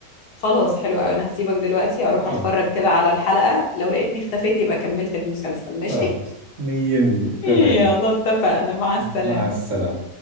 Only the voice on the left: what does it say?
خلاص حلو قوي انا هسيبك دلوقتي اروح
اتفرج كده على الحلقة لو لقيتني اختفيت يبقى كملت المسلسل ماشي
يلا اتفقنا مع السلامة